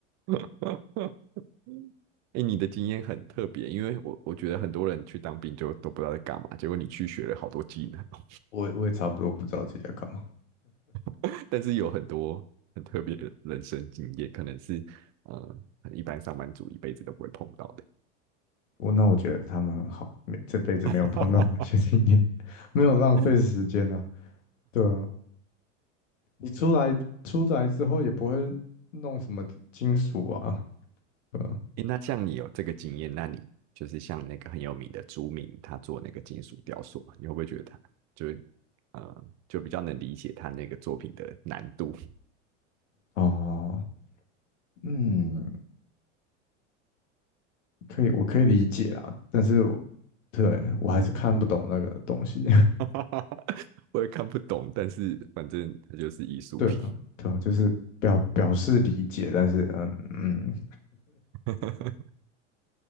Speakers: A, on the right; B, on the left.
A: <laughs> 哎、你的经验很特别，因为我我觉得很多人去当兵就都不知道在干嘛，结果你去学了好多技能哦，
B: 我我也差不多不知道自己在干嘛。
A: <laughs> 但是有很多很特别的人生经验，可能是呃一般上班族一辈子都不会碰到的。
B: 我那我觉得他们很好，没这辈子没有碰到那些经验，
A: <laughs>
B: <laughs> 没有浪费时间啊。
A: 哎、
B: 对啊，你出来出来之后也不会弄什么金属啊，对吧
A: 那像你有这个经验，那你就是像那个很有名的朱铭，他做那个金属雕塑嘛，你会不会觉得他就是呃就比较能理解他那个作品的难度？
B: 哦，嗯，可以，我可以理解啊。但是我对我还是看不懂那个东西。
A: <laughs> 我也看不懂，但是反正它就是艺术品。
B: <laughs> 对啊，对啊，就是表表示理解，但是嗯嗯，
A: <laughs>